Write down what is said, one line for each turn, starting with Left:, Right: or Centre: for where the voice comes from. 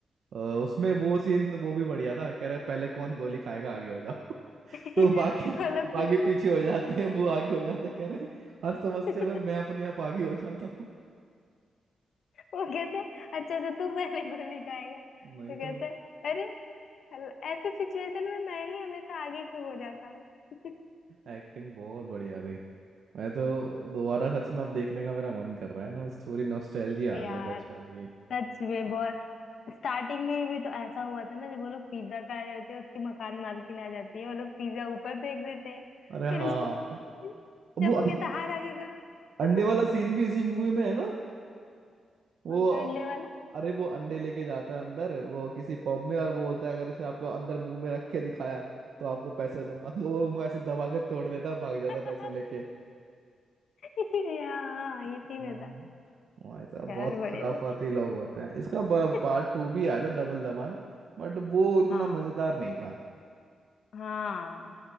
Right: अ, उसमें वो सीन वो भी बढ़िया था कह रहा है पहले कौन गोली खाएगा आगे हो जाओ <laughs>
Left: <laughs>
Right: तो बाकी
Left: वो लोग
Right: बाकी
Left: भी
Right: पीछे हो जाते हैं वो आगे हो जाता है, कह रहे हर समस्या
Left: <laughs>
Right: में मैं अपने आप आगे हो जाता हूँ <laughs>
Left: वो कहते हैं अच्छा तो तू पहले गोली खाएगा तो
Right: नहीं
Left: कहता
Right: तो
Left: है अरे हल- ऐसे सिचुएशन में मैं ही हमेशा आगे क्यों हो जाता हूँ <laughs>
Right: एक्टिंग बहुत बढ़िया थी मैं तो दोबारा सच में अब देखने का मेरा मन कर रहा है ना उस थोड़ी नॉस्टैल्जिया
Left: यार
Right: आ गई बचपन की
Left: सच में बहुत स्टार्टिंग में भी तो ऐसा हुआ था ना जब वो लोग पिज्जा खा रहे होते हैं उसकी मकान मालकिन आ जाती है वो लोग पिज्जा ऊपर फेंक देते हैं
Right: अरे
Left: फिर
Right: हाँ
Left: <laughs> भी-
Right: वो
Left: जब
Right: अं-
Left: वो कहता हाथ आगे करो
Right: अंडे
Left: <laughs>
Right: वाला सीन भी इसी मूवी में है ना वो
Left: कौन सा अंडे वाला
Right: अरे वो अंडे लेके जाता है अंदर वो किसी पब में और वो बोलता है अगर इसे आपको अंदर मुंह में रख के दिखाया तो आपको पैसे दूंगा तो वो मुंह ऐसे दबा के तोड़ देता है और भाग जाता
Left: <laughs>
Right: है पैसे लेके
Left: ये- हाँ इसी
Right: हाँ
Left: में था
Right: भाई साहब
Left: यार
Right: बहुत
Left: बड़े
Right: खुराफाती
Left: थे
Right: लोग होते हैं इसका
Left: <laughs>
Right: पार्ट टू भी आया था डबल धमाल बट वो इतना
Left: हाँ
Right: मजेदार नहीं था
Left: हाँ